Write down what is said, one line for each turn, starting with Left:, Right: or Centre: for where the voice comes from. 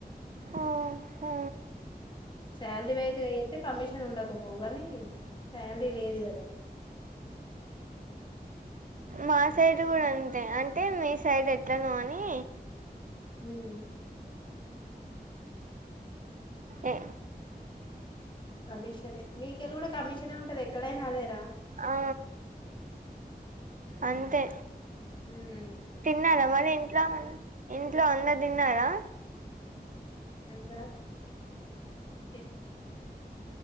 Right: ఆ ఆ
Left: శాలరీ వైదుగా అయితే కమిషన్ ఉండకపోవు గాని శాలరీ లేదు కదా
Right: మా సైడ్ కూడా అంతే అంటే మీ సైడ్ ఎట్లనో అని
Left: ఉమ్
Right: ఏ
Left: కమిషన్ మీకెళ్ళ కూడా కమిషనే ఉంటది ఎక్కడైనాదేరా
Right: ఆ
Left: ఓ
Right: అంతే
Left: ఉం
Right: తిన్నారా మరి ఇంట్ల ఆ ఇంట్ల అందరూ తిన్నారా
Left: హా తీన్